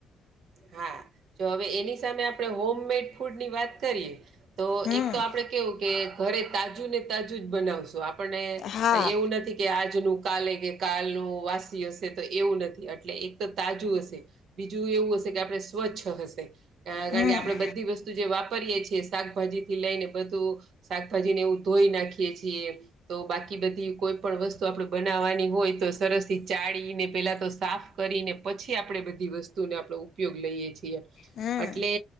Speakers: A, on the right; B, on the left.
A: હા જો હવે એની સામે આપણે હોમ મેડ ફૂડ ની વાત કરીએ તો
B: હમ
A: એક તો આપડે કેવું કે ઘરે તાજું ને તાજું જ બનાવશું આપ આપણ ને
B: હા
A: કય એવું નથી કે આજનું કાલે કે કાલનું વાસી હશે તો એવું નથી એટલે એ તો તાજું હશે. બીજું એવું હશે કે, આપણે સ્વચ્છ હશે કારણ
B: હમ
A: કે આપણે બધી વસ્તુ જે વાપરીએ છીએ શાકભાજી, થી લઈને બધું શાકભાજી ને એવું ધોઈ નાખીએ છીએ. તો બાકી બધી કોઈ પણ વસ્તુ આપણેે બનાવાની, હોય તો સરસ થી ચાડીને પહેલા તો સાફ કરીને પછી આપણેે બધી વસ્તુ નો આપણે ઉ ઉપયોગ લઈએ છીએ
B: હમ
A: અટલે,